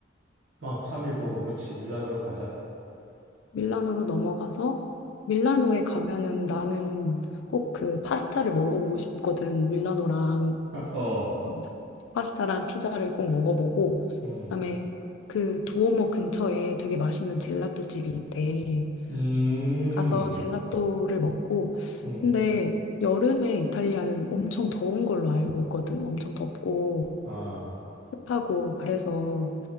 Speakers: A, on the right; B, on the left.
A: 아, 3일 보고 그렇지. 밀라노로 가자.
B: 밀라노로 넘어가서 밀라노에 가면은 나는 꼭 그 파스타를 먹어보고 싶거든. 밀라노랑
A: 어,
B: 어, 파스타랑 피자를 꼭 먹어보고
A: 음,
B: 그다음에 그 두오모 근처에 되게 맛있는 젤라또 집이 있대.
A: 음,
B: 가서 젤라또를 먹고
A: 음,
B: 근데 여름에 이탈리아는 엄청 더운 걸로 알고 있거든. 엄청 덥고
A: 아,
B: 습하고 그래서